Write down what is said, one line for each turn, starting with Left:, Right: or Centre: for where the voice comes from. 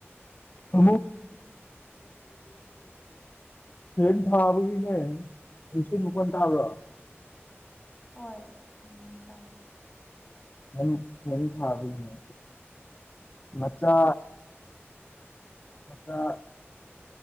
Left: <inaudible> ꯐꯦꯟ ꯊꯥꯕꯒꯤꯅꯦ ꯅꯨꯡꯁꯤꯠ ꯃꯈꯣꯟ ꯇꯥꯕ꯭ꯔꯣ
Centre: ꯍꯣꯏ ꯎꯝ ꯇꯥꯏꯌꯦ
Left: ꯑꯩ ꯐꯦꯟ ꯊꯥꯕꯒꯤꯅꯦ ꯃꯆꯥ ꯃꯆꯥ